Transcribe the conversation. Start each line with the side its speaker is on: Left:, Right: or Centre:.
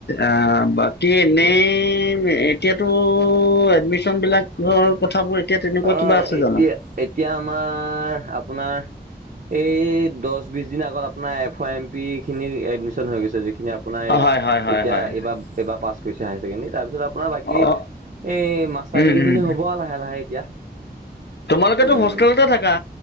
Left: অ' বাকী এনেই
Right: কি
Left: এতিয়াতো এডমিশ্যন বিলাক। আগৰ কথাবোৰ এতিয়া তেনেকুৱা
Right: অ
Left: কিবা আছে
Right: এতিয়া
Left: জানোঁ?
Right: এতিয়া আমাৰ আপোনাৰ এই দহ বিশ দিন আগত আপোনাৰ এফৰ এম পি খিনি এ এদমিশ্যন হৈ গৈছে যিখিনি আপোনাৰ এইয়া
Left: হয় হয় হয়
Right: এতিয়া
Left: হয়
Right: এইবা এবাৰ পাছ কৰিছে হাই চেকেণ্ডেৰী তাপাছত আপোনাৰ বাকী
Left: অ
Right: এই মাষ্টাৰ
Left: উম
Right: ডিগ্ৰী
Left: উম
Right: খিনি হ'ব আৰু লাহে লাহে এতিয়া
Left: তোমালোকেতো
Right: উম
Left: হোষ্টেলতে থাকা।